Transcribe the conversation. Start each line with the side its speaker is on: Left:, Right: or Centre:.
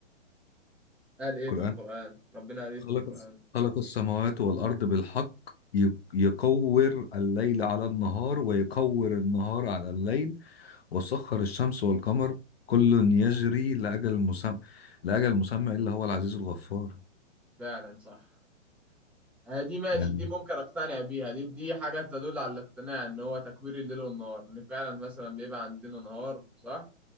Centre: قال إيه
Left: القران
Centre: في القرآن ربنا قال إيه
Left: خلق
Centre: في القرآن
Left: خلق السماوات والارض بالحق ي- يكور الليل على النهار ويكور النهار على الليل وسخر الشمس والقمر كل يجري لأجل مسمى لأجل مسمى إلا هو العزيز الغفار
Centre: فعلا صح هي دي ماشي
Left: يعني
Centre: دي ممكن أقتنع بيها دي دي حاجة تدل على الاقتناع إن هو تكوير الليل والنهار إن فعلا مثلا بيبقى عندنا نهار صح